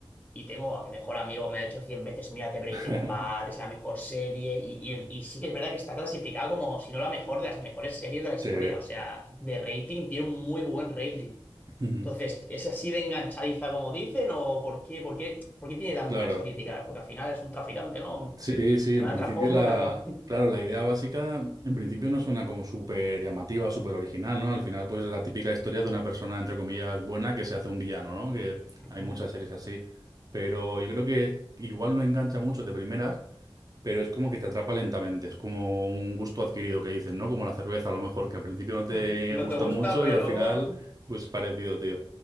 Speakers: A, on the left; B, on the right.
A: Y tengo a mi mejor amigo, me ha hecho 100 veces, mírate Breaking
B: <laughs>
A: Bad, es la mejor serie. Y, y- y sí que es verdad que está clasificada como, si no la mejor, de las mejores series de la historia.
B: Sí.
A: O sea, de rating tiene un muy buen rating.
B: Mm,
A: Entonces, ¿es así de enganchadiza como dicen? ¿O por qué, por qué, por qué tiene tan
B: Claro.
A: buenas críticas? Porque al final es un traficante, ¿no?
B: Sí, sí,
A: Habrá
B: en principio
A: trasfondo,
B: la,
A: pero...
B: claro, la idea básica, en principio no suena como súper llamativa, súper original, ¿no? Al final, pues es la típica historia de una persona, entre comillas, buena que se hace un villano, ¿no? Que
A: <laughs> Ujú.
B: hay muchas series así. Pero yo creo que igual no engancha mucho de primeras, pero es como que te atrapa lentamente, es como un gusto adquirido que dicen, ¿no? Como la cerveza, a lo mejor, que al principio no te
A: <laughs> No
B: gusta
A: te gusta,
B: mucho
A: pero
B: y al
A: luego...
B: final, pues parecido, tío.